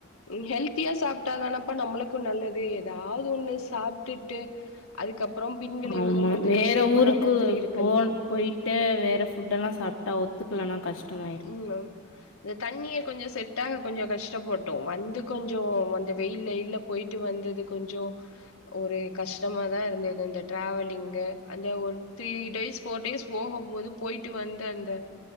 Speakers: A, on the left (about 85°); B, on the left (about 65°).
A: உம் ஹெல்த்தியா சாப்ட்டாதானப்பா நம்மளுக்கும் நல்லது ஏதாவது ஒண்ணு சாப்டுட்டு அதுக்கப்புறம் பின்விளைவுகள்
B: ஆமா
A: வந்து
B: வேற
A: கஷ்டப்படுற
B: ஊருக்கு
A: மாதிரி இருக்கு
B: போன் போயிட்டு வேற ஃபுட்டு எல்லாம் சாப்ட்டா ஒத்துக்கலனா கஷ்டமாயிடும்
A: <unintelligible> இந்த தண்ணிய கொஞ்சோ செட்டாக கொஞ்சோ கஷ்டபட்டோம் வந்து கொஞ்சோ அந்த வெயில்ல யில்ல வந்து போயிட்டு வந்தது கொஞ்சோம் ஒரு கஷ்டமா தா இருந்தது இந்த ட்ராவலிங்கு அந்த ஒருத்தி டேஸ் ஃபோர் டேஸ் போகும்போது போயிட்டு வந்து அந்த